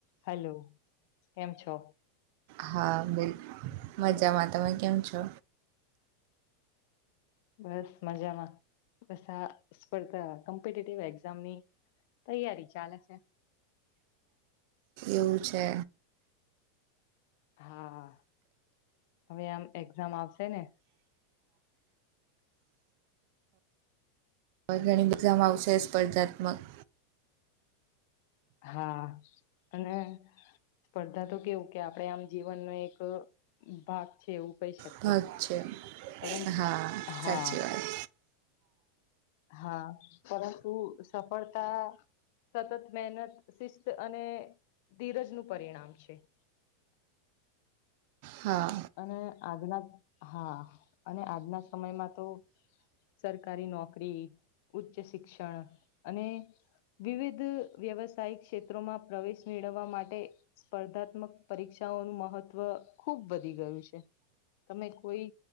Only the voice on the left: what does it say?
Hello કેમ છો.
બસ મજામાં બસ આ સ્પર્ધા કોમ્પિટેટિવ એક્ઝામની તૈયારી ચાલે છે.
હા હવે આમ એક્ઝામ આવશે ને
હા અને સ્પર્ધા તો કેવું કે આપડે આમ જીવનનો એક ભાગ છે એવું કહી શકીએ
પરંતુ
હા
હા પરંતુ સફળતા સતત મહેનત શિસ્ત અને ધીરજ નું પરિણામ છે <inaudible>
અને આજના હા અને આજના સમયમાં તો સરકારી નોકરી ઉચ્ચ શિક્ષણ અને વિવિધ વ્યવસાયિક ક્ષેત્રોમાં પ્રવેશ મેળવવા માટે સ્પર્ધાત્મક પરીક્ષા નું મહત્વ ખુબ બું ત કોઈ